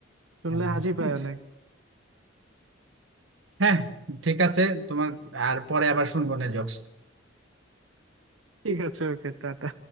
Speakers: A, on the right; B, on the right.
A: শুনলে
B: হ্যাঁ।
A: হাসি পায় অনেক
B: হ্যাঁ ঠিক আছে তোমার আর পরে আবার শুনবো না জোকস
A: ঠিক আছে ওকে টাটা